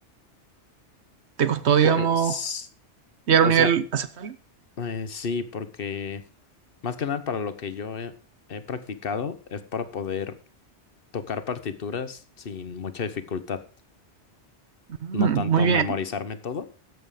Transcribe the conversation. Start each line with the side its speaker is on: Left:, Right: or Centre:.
Right: ¿Te costó, digamos,
Left: pues,
Right: llegar
Left: o
Right: a un nivel
Left: sea,
Right: aceptable?
Left: eh, sí, porque más que nada para lo que yo he, he practicado es para poder tocar partituras sin mucha dificultad,
Right: Mm,
Left: no tanto
Right: muy bien.
Left: memorizarme todo